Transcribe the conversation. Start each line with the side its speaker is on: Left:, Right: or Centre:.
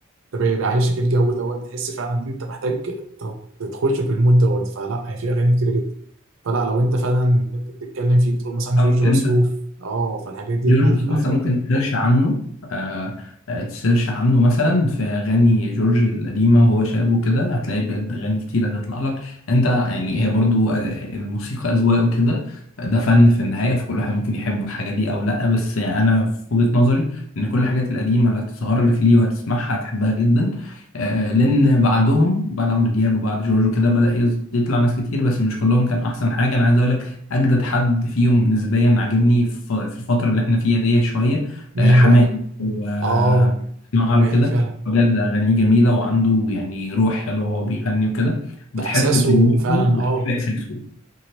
Right: ده بي- بيعيشك الجو دوت تحس فعلا ان انت محتاج ت- تدخلش في المود دوت فلا هي في اغاني كتيره جدا فلا لو انت فعلا اللي انت بتتكلم فيه بتقول مثلا جورج
Left: انت
Right: وسوف اه فالحاجات ديت
Left: جورج
Right: ممكن
Left: وسوف
Right: اه
Left: مثلا
Right: تقول
Left: ممكن
Right: دي
Left: تسيرش عنه آه آه، تسيرش عنه مثلا في اغاني جورج القديمه وهو شاب وكده هتلاقي بجد اغاني كتير هتطلع لك انت يعني هي برضو آه، الموسيقى اذواق وكده ده فن في النهايه فكل واحد ممكن يحب الحاجه دي او لا بس يعني انا في وجهه نظري ان كل الحاجات القديمه اللي هتظهر لك ليه وهتسمعها هتحبها جدا آه لان بعدهم بعد عمرو دياب وبعد جورج وكده بدا يز- يطلع ناس كتير بس مش كلهم كان احسن حاجه انا عايز اقول لك اجدد حد فيهم نسبيا عاجبني ف- في الفتره اللي احنا فيها دي شويه
Right: مين
Left: آه، حماقي
Right: بقى
Left: واسمع
Right: اه حماقي
Left: له كده
Right: فعلا
Left: بجد اغانيه جميله وعنده يعني روح حلوه وهو بيغني وكده وبتحب
Right: ده احساسه
Left: كلماته
Right: فعلا
Left: وبتحب
Right: اه
Left: احساسه